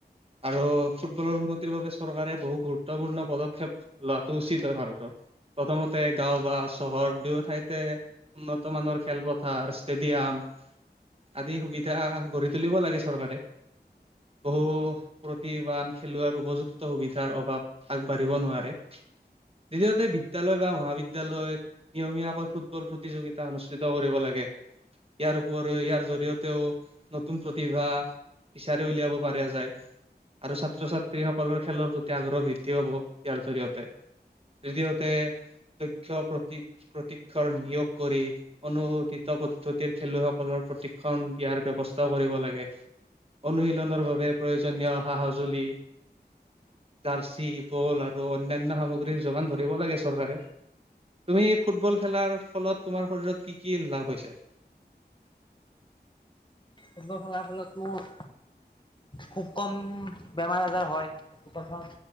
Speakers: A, on the right; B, on the left.
A: আৰু ফুটবলৰ উন্নতিৰ বাবে চৰকাৰে বহু গুৰুত্বপূৰ্ণ পদক্ষেপ লোৱাটো উচিত হয় ভাৰতৰ। প্ৰথমতে গাঁও বা চহৰ দুয়ো ঠাইতে উন্নত মানৰ খেলপথাৰ ষ্টেডিয়াম আদি সুবিধা গঢ়ি তুলিব লাগে চৰকাৰে। বহু প্ৰতিভান খেলুৱাৰ উপযুক্ত সুবিধাৰ অভাৱ আগবাঢ়িব নোৱাৰে দ্বিতীয়তে বিদ্যালয় বা মহাবিদ্যালয় নিয়মীয়াকৈ ফুটবল প্ৰতিযোগিতা অনুষ্ঠিত কৰিব লাগে। ইয়াৰ উপৰিও ইয়াৰ জৰিয়তেও নতুন প্ৰতিভা বিচাৰি উলিয়াব পাৰিয়া যায়। আৰু ছাত্ৰ-ছাত্ৰী সকলৰ খেলৰ প্ৰতি আগ্ৰহ বৃদ্ধি পাব ইয়াৰ জৰিয়তে। দ্বিতীয়তে দক্ষ প্ৰ তি প্ৰতিক্ষৰ নিয়োগ কৰি অনুমোদিত পদ্ধতিৰ খেলুৱৈসকলৰ প্ৰতিক্ষণ দিয়া দিয়াৰ ব্যৱস্থা কৰিব লাগে অনুশীলনৰ বাবে প্ৰয়োজনীয় সা-সজুলি জাৰ্চি বল আৰু অন্যান্য সামগ্ৰীৰ যোগান ধৰিব লাগে চৰকাৰে। তুমি ফুটবল খেলাৰ ফলত তোমাৰ শৰীৰত কি-কি লাভ হৈছে? <inaudible>
B: ফুটবল খেলাৰ ফলত মোৰ খুব কম বেমাৰ আজাৰ হয় এইটো কথা